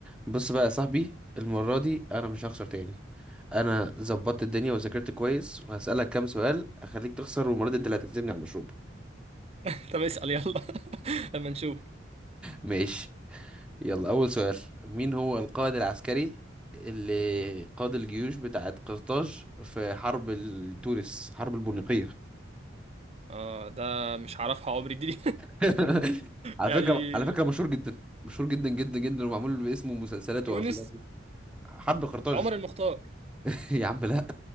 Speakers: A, in the centre; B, on the right (about 30°).
A: بص بقى يا صاحبي المرة دي أنا مش هخسر تاني أنا ظبطت الدنيا وذاكرت كويس وهسألك كام سؤال أخليك تخسر والمرة دي أنت اللي هتعزمني على المشروب
B: <laughs> طب اسأل يلا <laughs> اما نشوف
A: ماشي يلا أول سؤال مين هو القائد العسكري اللي قاد الجيوش بتاعت قرطاج في حرب ال- تونس حرب البونيقية
B: اه ده مش هعرفها عمري دي <laughs> دي.
A: <laughs> على
B: يعني
A: فكرة على فكرة مشهور جدا مشهور جدا جدا جدا ومعمول باسمه مسلسلات
B: تونس
A: وأفلام حرب قرطاج
B: عمر المختار
A: <laughs> يا عم لا